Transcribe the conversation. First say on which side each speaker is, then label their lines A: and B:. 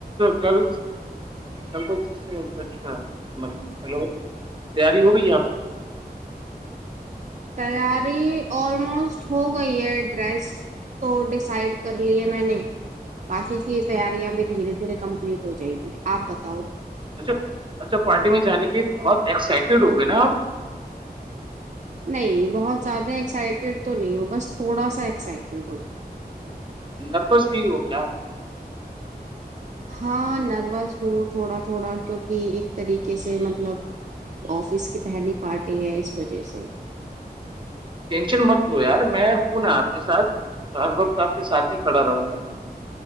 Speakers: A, on the right (about 30°); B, on the right (about 50°).
A: گرل اڈ بوز اچھا ہیلو تیاری ہو گئی آپ کی
B: تیاری آلموسٹ ہو گئی ہے ڈریس تو ڈیسائڈ کر لیے میں نے باقی کی تیاریاں بھی دھیرے دھیرے کمپلیٹ ہو جائیںی آپ بتاؤ
A: اچھا اچھا پارٹی میں جانے کے لیے بہت ایکسائٹیڈ ہو گئے نا آپ
B: نہیں بہت زیادہ ایکسائٹیڈ تو نہیں ہوں بس تھوڑا سا ایکسائٹیڈ ہووں
A: نروس بھی ہو کیا
B: ہاں نروس ہوں تھوڑا تھوڑا کیوںکہ ایک طریقے سے مطلب آفس کی پہلی پارٹی ہے اس وجہ سے
A: ٹینشن مت لو یار میں فون ہے آپ کے ساتھ ہر وقت آپ کے ساتھ ہی کھڑا رہوں گا